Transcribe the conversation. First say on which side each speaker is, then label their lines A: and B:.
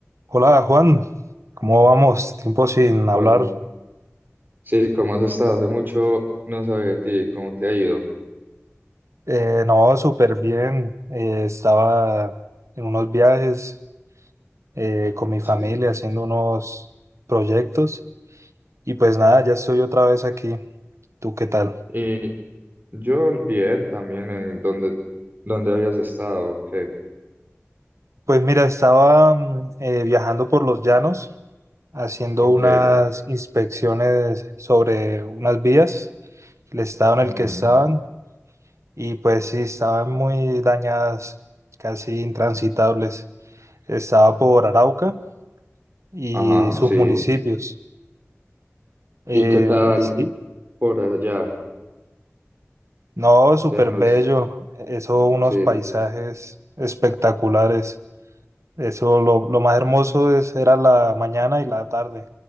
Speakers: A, on the right; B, on the right.
A: Hola Juan, ¿cómo vamos? Tiempo sin hablar.
B: Hola. Sí, ¿cómo has estado? Hace mucho no sabía de ti, ¿cómo te ha ido?
A: Eh, no, súper bien. Eh, estaba en unos viajes eh, con mi familia
B: Sí.
A: haciendo unos proyectos y pues nada, ya estoy otra vez aquí. ¿Tú qué tal?
B: Y yo bien también en donde, donde habías estado, ok,
A: Pues mira, estaba mm, eh, viajando por los llanos haciendo
B: ok,
A: unas inspecciones sobre unas vías, el estado en
B: ujú,
A: el que estaban y pues sí, estaban muy dañadas, casi intransitables. estaba por Arauca y
B: Ajá,
A: sus
B: sí.
A: municipios. Eh,
B: ¿Y qué tal
A: y sí,
B: por allá?
A: no, súper
B: O sea, nos,
A: bello, eso, unos
B: sí.
A: paisajes espectaculares. Eso, lo, lo más hermoso es, era la mañana y la tarde,